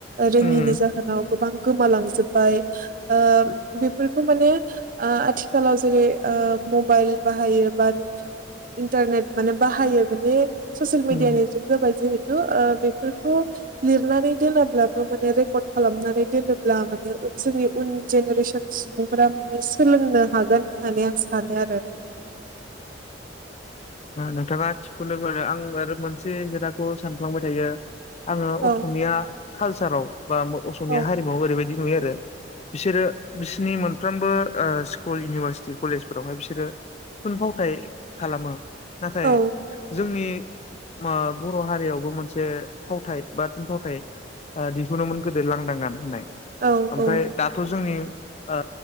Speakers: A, on the right (about 50°); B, on the left (about 35°).
A: रोङिनि
B: उम
A: जाहोनाव गोबां गोमालांजोबबाय, ओ बेफोरखौ माने ओ आथिखालाव जेरै ओ मबाइल बाहायो बा इन्टारनेट माने बाहायो माने ससियेल मिडियानि
B: उम
A: बाय जिहेथु, ओ बेफोरखौ लिरनानै दोनाब्लाबो माने रेकर्ड खालामनानै दोनो लानांगोन जोंनि उन जेनेरेसन सुबुंफोरा माने सोलोंनो हागोन। होनानै आं सानो आरो।
B: नोंथाङा थिगखौनो मोनो आं आरो मोनसे खोथाखौ सानफ्लांबाय थायो। आङो
A: औ
B: असमिया कालसाराव बा अमिया
A: औ
B: हारिमुवाव ओरैबायदि नुयो आरो, बिसोरो बिसोरनिबो मोनफ्रोमबो ओ स्कुल इउनिभारसिटि कलेज फोरावहाय बिसोरो थुनफावथाय खालामो। नाथाय
A: औ
B: जोंनि मा बर' हारियावबो मोनसे फावथाय बा थुनफावथाय दिहुनोमोन गोदो लांदां गान होननाय।
A: औ
B: ओमफ्राय
A: औ
B: दाथ' जोंनि ओ